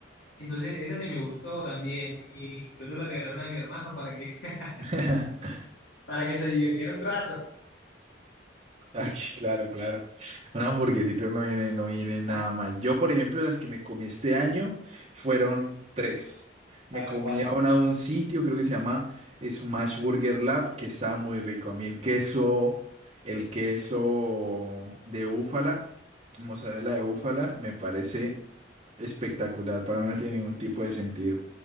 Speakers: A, on the left; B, on the right.
A: Entonces, esa sí me gustó también. Y incluso la regalaron a mi hermano para que, <laughs>
B: <laughs>
A: para que se divirtiera un rato.
B: Ay claro, claro. Una hamburguesita no viene, no viene nada
A: A,
B: mal. Yo, por ejemplo, las que me comí este año fueron tres. Me
A: a ver
B: comí
A: cuáles.
B: a una de un sitio, creo que se llama Smash Burger Lab, que estaba muy rico. A mí el queso, el queso de búfala, mozzarella de búfala, me parece espectacular, para mí no tiene ningún tipo de sentido.